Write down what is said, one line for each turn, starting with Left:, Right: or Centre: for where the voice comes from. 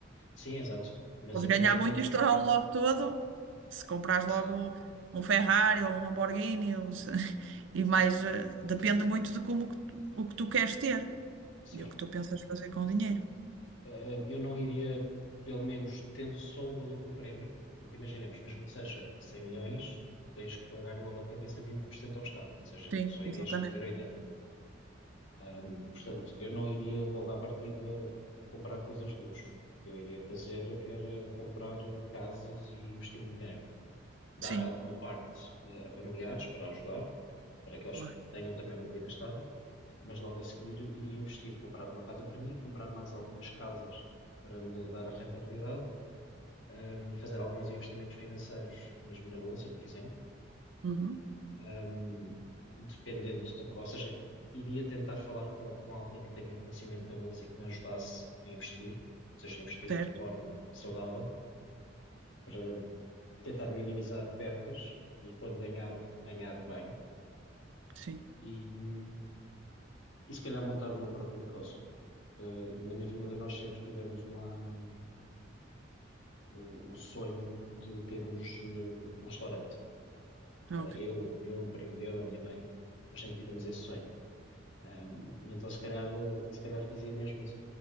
Left: sim, exato, mas
Right: Podes
Left: imaginemos,
Right: ganhar muito e estourá-lo logo todo. Se comprares
Left: ah,
Right: logo
Left: sim,
Right: um Ferrari ou um Lamborghini, ou se- <laughs> e mais, eh, depende muito de como que tu- o que tu queres ter
Left: sim,
Right: e o que tu pensas fazer com o dinheiro.
Left: Eh, eu não iria, pelo menos tendo só o valor do prémio, porque imaginemos, mesmo que seja 100 milhões, tens que pagar logo à cabeça 20% ao Estado, ou seja,
Right: Sim,
Left: só
Right: exatamente.
Left: irias receber 80. Ahm, portanto, eu não iria logo à partida comprar coisas de luxo. O que eu iria fazer era comprar casas e investir o dinheiro. Dar
Right: Sim,
Left: alguma parte, eh, a familiares para ajudar, para que eles
Right: claro.
Left: tenham também uma vida estável, mas logo a seguir iria investir, comprar uma casa para mim, comprar mais algumas casas para me dar a rentabilidade, ahm, fazer alguns investimentos financeiros, mesmo na bolsa, por exemplo
Right: Uhum,
Left: ahm, dependente, de- ou seja, iria tentar falar com, com alguém que tenha conhecimento da bolsa e que me ajudasse a investir, ou seja, investir
Right: certo,
Left: de forma saudável, para tentar minimizar percas e quando ganhar, ganhar bem
Right: sim.
Left: e, hum, e se calhar montar o meu próprio negócio. Eh, na minha família nós sempre tivemos uma, hum, o, o sonho de termos eh, um restaurante.
Right: Ok.
Left: Eh, eu, eu, um primo meu, a minha mãe, nós sempre tivemos esse sonho. Um, e então se calhar, se calhar fazia mesmo isso.